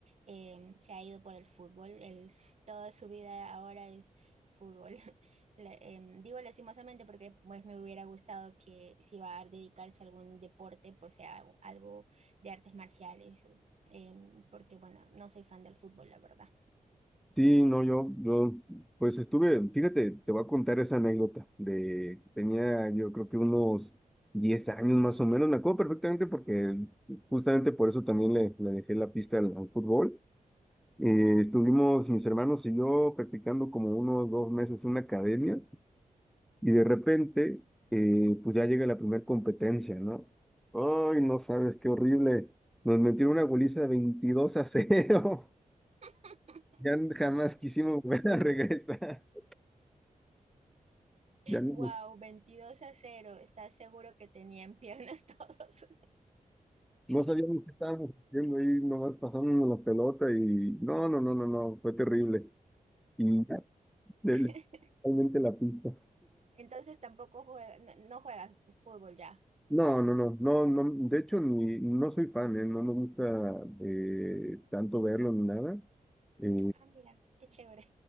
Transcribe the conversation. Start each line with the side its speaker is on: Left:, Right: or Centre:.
Right: eh, se ha ido por el fútbol. El, <laughs> toda su vida ahora es fútbol. <laughs> La- em, digo lastimosamente porque pues me hubiera gustado que si va a dedicarse a algún deporte, pues sea algo algo de artes marciales em, porque bueno, no soy fan del fútbol, la verdad.
Centre: sí, no, yo, yo, pues estuve, fíjate, te voy a contar esa anécdota de, tenía yo creo que unos 10 años más o menos, me acuerdo perfectamente porque justamente por eso también le, le dejé la pista al al fútbol Eh, estuvimos mis hermanos y yo practicando como unos dos meses en una academia y de repente, eh, pues ya llega la primera competencia, ¿no? Ay, no sabes, qué horrible. Nos metieron una goliza de veintidós a cero
Right: <laughs>
Centre: <laughs> Ya jamás quisimos volver a regresar. <laughs> Ya no,
Right: Wow, veintidós a cero ¿Estás seguro que tenían piernas todos?
Centre: no sabíamos qué estábamos haciendo ahí, nomás pasándonos la pelota y no, no, no, no, no, fue terrible. Y ya, le-
Right: <laughs>
Centre: le- realmente la pista.
Right: Entonces tampoco juega- no, no juegas fútbol ya.
Centre: No, no, no, no, no, de hecho ni, no soy fan, ¿eh? No me gusta eh, tanto verlo ni nada. Eh,
Right: Ah, mira, qué chévere.